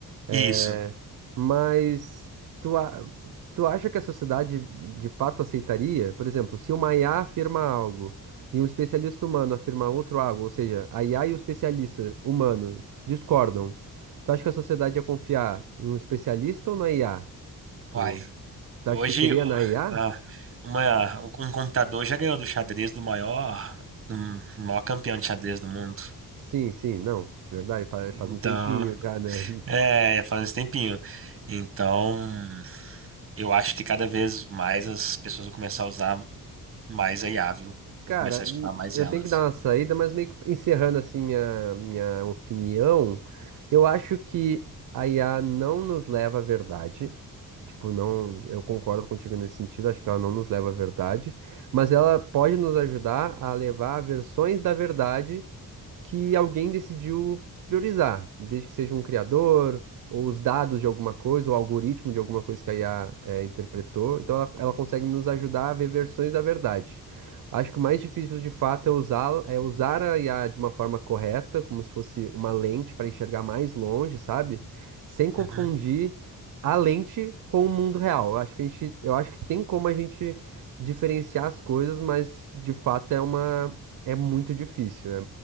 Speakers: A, on the right; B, on the right.
A: É,
B: Isso.
A: mas tu, a- tu acha que a sociedade de fato aceitaria? Por exemplo, se uma IA afirma algo e um especialista humano afirma outro algo, ou seja, a IA e o especialista humano discordam, tu acha que a sociedade ia confiar no especialista ou na IA? Tipo,
B: Uai.
A: tu
B: Hoje,
A: acha que seria
B: ó,
A: na IA?
B: ah, uma- um computador já ganhou do xadrez do maior, do maior campeão de xadrez do mundo.
A: Sim, sim, não, verdade, faz,
B: Então,
A: faz um tempinho já, né? <laughs>
B: é, já faz um tempinho. Então, eu acho que cada vez mais as pessoas vão começar a usar mais a IA, viu?
A: Cara,
B: Vão começar a escutar
A: hum,
B: mais
A: eu
B: elas.
A: tenho que dar uma saída, mas meio que encerrando assim minha, minha opinião, eu acho que a IA não nos leva à verdade. Tipo, não, eu concordo contigo nesse sentido, acho que ela não nos leva à verdade, mas ela pode nos ajudar a levar a versões da verdade que alguém decidiu priorizar, desde que seja um criador, ou os dados de alguma coisa, ou o algoritmo de alguma coisa que a IA eh, interpretou. Então ela, ela consegue nos ajudar a ver versões da verdade. Acho que o mais difícil de fato é usá-la, é usar a IA de uma forma correta, como se fosse uma lente para enxergar mais longe, sabe? Sem confundir
B: Uhum.
A: a lente com o mundo real. Eu Acho que a gente, eu acho que tem como a gente diferenciar as coisas, mas de fato é uma, é muito difícil. É